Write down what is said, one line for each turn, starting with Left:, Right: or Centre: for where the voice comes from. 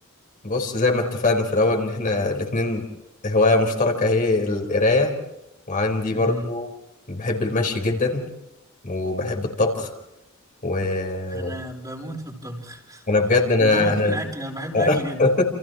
Left: بص زي ما اتفقنا في الاول ان احنا الاتنين هواية مشتركة هي القراية وعندي
Right: مم.
Left: برضو بحب المشي جدا وبحب الطبخ وانا
Right: انا بموت في الطبخ <laughs>
Left: بجد انا
Right: وبموت
Left: انا
Right: في الاكل انا بحب
Left: <laughs>
Right: الاكل جدا